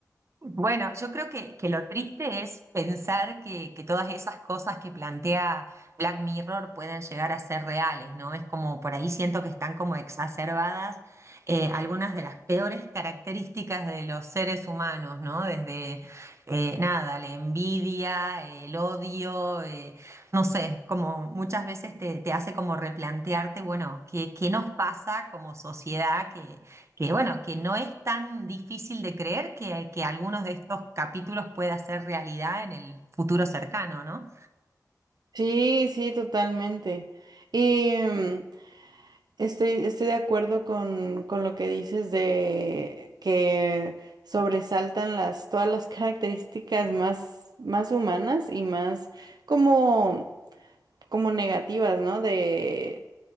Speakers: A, on the right (about 45°); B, on the right (about 75°).
A: Bueno, yo creo que, que lo triste es pensar que, que todas esas cosas que plantea Black Mirror pueden llegar a ser reales, ¿no? Es como por ahí siento que están como exacerbadas eh, algunas de las peores características de los seres humanos, ¿no? Desde eh, nada, la envidia, el odio, eh, no sé, como muchas veces te, te hace como replantearte, bueno, ¿qué, qué nos pasa como sociedad que bueno, que no es tan difícil de creer que, que algunos de estos capítulos pueda ser realidad en el futuro cercano, ¿no?
B: Sí, sí, totalmente. Y mm, estoy, estoy de acuerdo con, con lo que dices de que sobresaltan las, todas las características más, más humanas y más como como negativas, ¿no? De